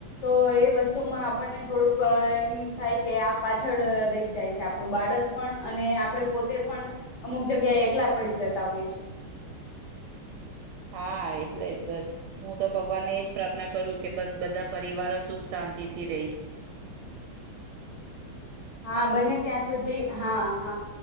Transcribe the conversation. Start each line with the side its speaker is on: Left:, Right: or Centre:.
Left: તો એ વસ્તુમાં આપણને થોડુંક એમ થાય કે આ પાછળ રહી જાય છે આપણું બાળક પણ અને આપણે પોતે પણ અમુક જગ્યાએ એકલા પડી જતા હોય છે.
Right: હા એટલે જ બસ. તો ભગવાનને એ જ પ્રાર્થના કરું કે બસ બધા પરિવારો સુખ શાંતિથી રેય.
Left: હા બને ત્યાં સુધી હા હા